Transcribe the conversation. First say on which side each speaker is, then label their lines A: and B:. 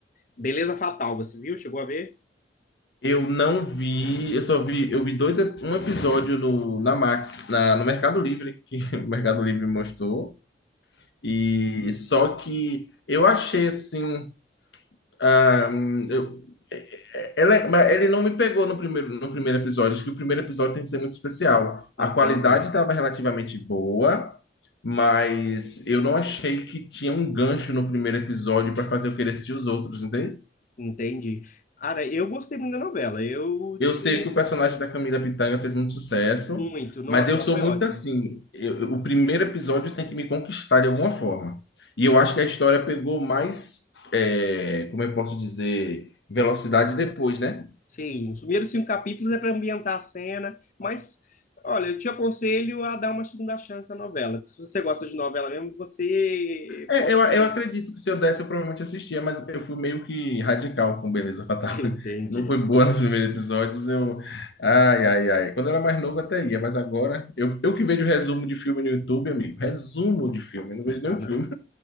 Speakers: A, on the left (about 45°); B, on the left (about 75°).
A: Beleza Fatal. Você viu? Chegou a ver?
B: Eu não vi, eu só vi, eu vi dois, ep- um episódio no, na Max, na, no Mercado Livre, que <laughs> o Mercado Livre mostrou, e só que eu achei assim Ah, eu- ela, mas ele não me pegou no primeiro, no primeiro episódio. Acho que o primeiro episódio tem que ser muito especial. A
A: Entendi,
B: qualidade estava relativamente boa, mas eu não achei que tinha um gancho no primeiro episódio para fazer eu querer assistir os outros, entende?
A: entendi. Cara, eu gostei muito da novela. Eu gostei
B: Eu sei que o personagem da Camila Pitanga fez muito sucesso,
A: muito. Nossa,
B: mas eu
A: lá
B: sou
A: foi
B: muito
A: ótimo.
B: assim. eu- eu- o primeiro episódio tem que me conquistar de alguma forma. E eu acho que a história pegou mais, é, como eu posso dizer, velocidade depois, né?
A: Sim, os primeiros cinco capítulos é para ambientar a cena, mas olha, eu te aconselho a dar uma segunda chance à novela. porque Se você gosta de novela mesmo, você
B: É,
A: pode.
B: eu, eu acredito que se eu desse, eu provavelmente assistia, mas eu fui meio que radical com Beleza Fatal.
A: <laughs> Entendi.
B: <laughs> Não foi boa nos primeiros episódios, eu... Ai, ai, ai. Quando eu era mais novo até ia, mas agora... Eu, eu que vejo resumo de filme no YouTube, amigo. Resumo de filme, eu não vejo nenhum
A: Ah, não.
B: filme.